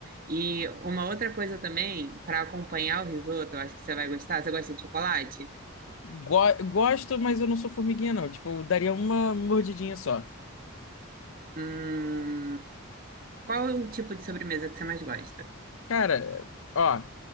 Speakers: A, on the right; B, on the left.
A: E uma outra coisa também, para acompanhar o risoto, eu acho que você vai gostar. Você gosta de chocolate?
B: Go- gosto, mas eu não sou formiguinha, não. Tipo, eu daria uma mordidinha só.
A: Hum, qual é o tipo de sobremesa que você mais gosta?
B: Cara, ó.